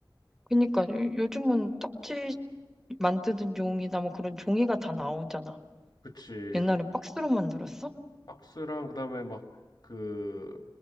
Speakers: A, in the centre; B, on the left (about 60°).
A: 그니까, 요- 요즘은 딱지 만드는 용이나 뭐 그런 종이가 다 나오잖아.
B: 그치.
A: 옛날엔 박스로 만들었어?
B: 박스랑 그다음에 막 그